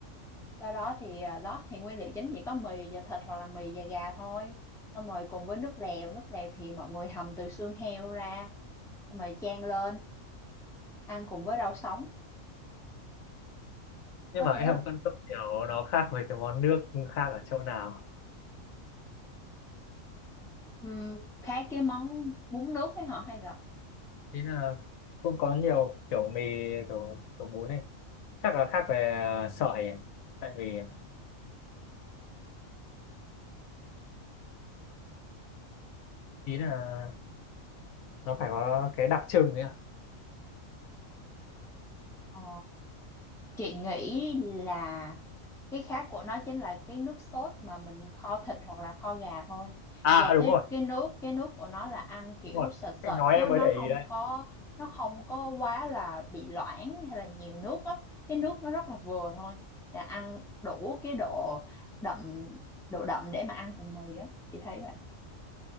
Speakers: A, in the centre; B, on the left.
A: sau đó thì à, đó thì nguyên liệu chính chỉ có mì và thịt hoặc là mì và gà thôi xong rồi cùng với nước lèo nước lèo thì mọi người hầm từ xương heo ra xong rồi chan lên ăn cùng với rau sống
B: Nhưng
A: có
B: mà
A: thế
B: em
A: thôi
B: vẫn không hiểu nó khác với cái món nước khác ở chỗ nào.
A: Ừm, khác cái món bún nước ấy hả hay là
B: Ý là cũng có nhiều kiểu mì, kiểu, kiểu bún này. Chắc là khác về ờ, sợi ấy. Tại vì ý là nó phải có cái đặc trưng đấy ạ.
A: ờ Chị nghĩ là cái khác của nó chính là cái nước sốt mà mình kho thịt hoặc là kho gà thôi.
B: À,
A: Và
B: à, đúng
A: cái
B: rồi,
A: cái nước cái nước của nó là ăn kiểu
B: đúng rồi.
A: sệt
B: Chị
A: sệt
B: nói
A: chứ
B: em mới
A: nó
B: để ý
A: không
B: đấy.
A: có nó không có quá là bị loãng hay là nhiều nước á. Cái nước nó rất là vừa thôi. Là ăn đủ cái độ đậm độ đậm để mà ăn cùng mì á. Chị thấy vậy.